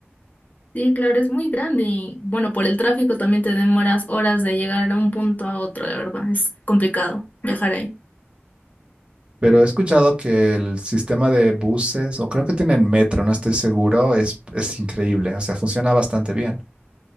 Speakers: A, on the left (about 40°); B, on the right (about 25°).
A: Sí, claro, es muy grande y bueno, por el tráfico también te demoras horas de llegar a un punto a otro, la verdad, es complicado viajar ahí.
B: Pero he escuchado que el sistema de buses, o creo que tienen metro, no estoy seguro, es, es increíble, o sea, funciona bastante bien.